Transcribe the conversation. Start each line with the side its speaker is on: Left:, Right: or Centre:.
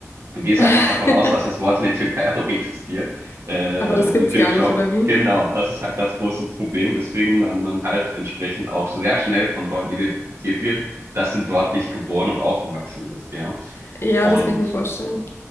Right: Du gehst
Left: <laughs>
Right: einfach davon aus, dass das Wort in der Türkei <laughs> auch existiert, äh,
Left: Aber das
Right: um
Left: gibt's
Right: die türkischen
Left: gar nicht,
Right: auch.
Left: oder wie?
Right: Genau, das ist halt das große Problem, weswegen man dann halt entsprechend auch sehr schnell von Leuten identifiziert wird, dass du dort nicht geboren und aufgewachsen bist, ja.
Left: Ja,
Right: Und
Left: das kann ich mir vorstellen.